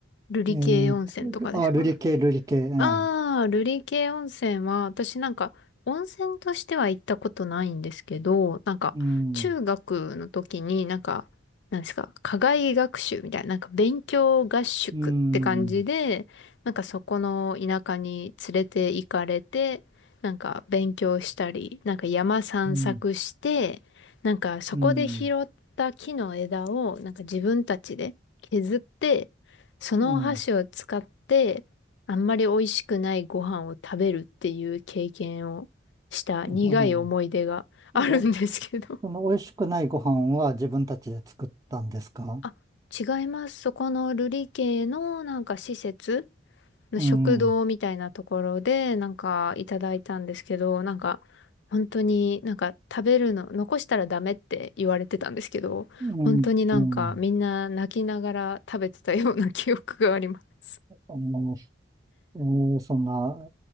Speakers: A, on the left (about 70°); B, on the right (about 20°).
A: 瑠璃系温泉とかですか
B: えー、あ、瑠璃系、瑠璃系、え
A: ああ、
B: え。
A: 瑠璃系温泉は、私なんか、温泉としては行ったことないんですけど、なんか、
B: うん。
A: 中学の時になんか、なんですか、課外学習みたいな、なんか勉強合宿って感じで、
B: うん。
A: なんかそこの田舎に連れて行かれて、なんか勉強したり、なんか山散策して、
B: うん、
A: なんかそこで拾った木の枝を、
B: うん、
A: なんか自分たちで削って、そのお箸を使って、
B: うん、
A: あんまり美味しくないご飯を食べるっていう経験をした苦い思い出があるんですけど。
B: うん。え、その美味しくないご飯は自分たちで作ったんですか
A: あ、違います。そこのルリ系のなんか施設の食堂みたいなところでなんかいただいたんですけど、
B: うん、う
A: なんか本当になんか食べるの残したらダメって言われてたんですけど、
B: ん、
A: 本当になんかみんな泣きながら食べてたような記憶があります。
B: うん。あの、えーそんな、